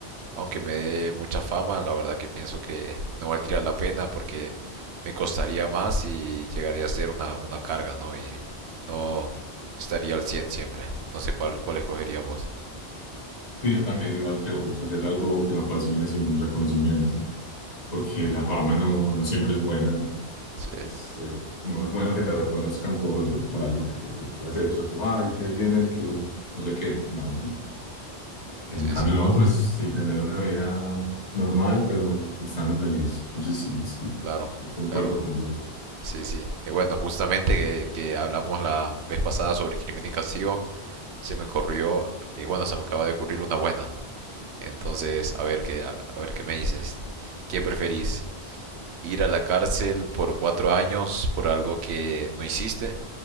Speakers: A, on the right; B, on the left.
A: aunque me dé mucha fama, la verdad que pienso que no valdría la pena porque me costaría más y llegaría a ser una, una carga, ¿no? Y no estaría al 100 siempre. No sé cuál, cuál escogería vos.
B: Sí, yo también, igual que vos, hacer algo que me apasione sin reconocimiento, porque la fama no, no siempre es buena.
A: Sí,
B: Es, eh, no es bueno que te reconozcan por, por algo que, que has hecho, como, ay, que ahí viene el que no sé qué. No. En
A: sí,
B: cambio,
A: sí,
B: lo otro es sí tener una vida normal, pero estando feliz. Entonces, sí, sí,
A: claro,
B: concuerdo
A: claro.
B: con vos.
A: Sí, sí. Eh, bueno, justamente que, que hablamos la vez pasada sobre crimen y castigo, se me ocurrió, eh, bueno, se me acaba de ocurrir una buena. Entonces, a ver qué, a, a ver qué me dices. ¿Qué preferís? ¿Ir a la cárcel por cuatro años por algo que no hiciste?